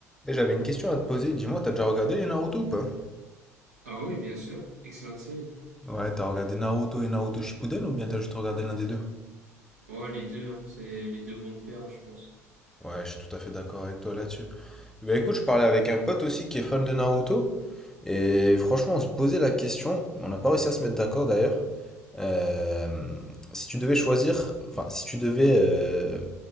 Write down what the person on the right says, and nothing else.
Ah oui, bien sûr. Excellente série.
Oh, les deux, hein. C'est, les deux vont de pair, hein, je pense.